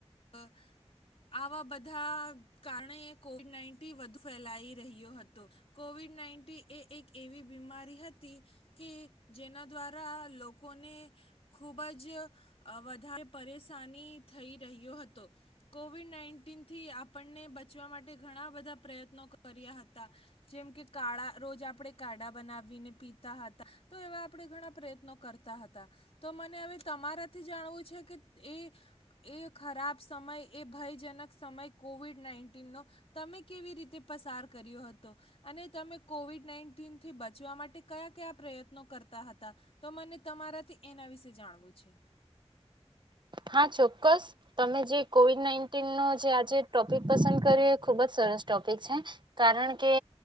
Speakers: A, on the left (about 60°); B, on the right (about 45°).
A: <inaudible> આવા બધાં કારણે કોવિડ નાઇન્ટી વધુ ફેલાઈ રહ્યો હતો કોવિડ નાઇન્ટી એ એક એવી બીમારી હતી કે જેના દ્વારા લોકોને ખૂબ જ અ વધારે પરેશાની થઈ રહ્યો હતો કોવિડ નાઇન્ટીનથી આપણને બચવા માટે ઘણા બધાં પ્રયત્નો કર્યા હતા જેમ કે કાળા રોજ આપણે કાળા બનાવીને પીતા હતા તો એવા આપણે ઘણા પ્રયત્નો કરતા હતા તો મને હવે તમારાથી જાણવું છે કે એ એ ખરાબ સમય એ ભયજનક સમય કોવિડ નાઈન્ટીનનો તમે કેવી રીતે પસાર કર્યો હતો અને તમે કોવિડ નાઈન્ટીન થી બચવા માટે ક્યા ક્યા પ્રયત્નો કરતા હતા તો મને તમારાથી એના વિશે જાણવું છે.
B: હા ચોક્કસ તમે જે કોવિડ નાઇન્ટિનનો જે આજે ટોપિક પસંદ કર્યો એ ખુબ જ સરસ ટોપિક છે કારણ કે